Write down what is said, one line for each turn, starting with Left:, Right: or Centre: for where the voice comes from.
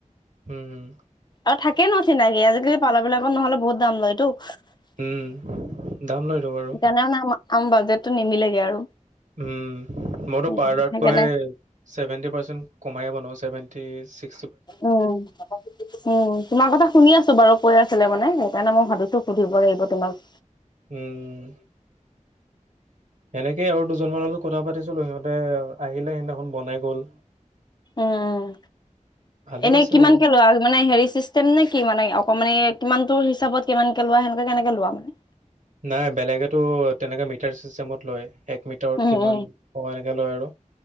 Right: উম উম
Left: আৰু থাকে ন চিনাকি আজিকালি পাৰ্লাৰ বিলাক নহলে বহুত দাম লয়টো সেইকাৰণে
Right: উম দাম লয়তো বাৰু
Left: মানে মই অম বাজেটটো নিমিলেগে আৰু
Right: উম মইতো
Left: উম
Right: পাৰ্লাৰতকৈ
Left: সেইকাৰণে
Right: চছেভেন্টি পাৰ্চেন্ট কমাইে বনো চেভেণ্টি ছিক্স
Left: উম উম তোমাৰ কথা শুনি আছো বাৰু কৈ আছো ছিলে মানে সেইকাৰণে মই ভাবিছো সুধিব লাগিব তোমাক
Right: উম সেনেকেই আৰু দুজনমানৰ লগত কথা পাতিছিলো সিহঁতে আহিলে সিদিনাখন বনাই গল
Left: উম উম
Right: ভালে
Left: এনেই
Right: পাইছে
Left: কিমানকে
Right: বাৰু
Left: লোৱা মানে হেৰি চিষ্টেম নে কি মানে অকমানে কিমানটোৰ হিচাপত কিমান কে লোৱা সেনেকে কেনেকে লোৱা মানে
Right: নাই বেলেগেতো তেনেকে মিটাৰ চিষ্টেমত লয় এক মিটাৰত
Left: উম
Right: কিমান
Left: উম
Right: এনেকে লয় আৰু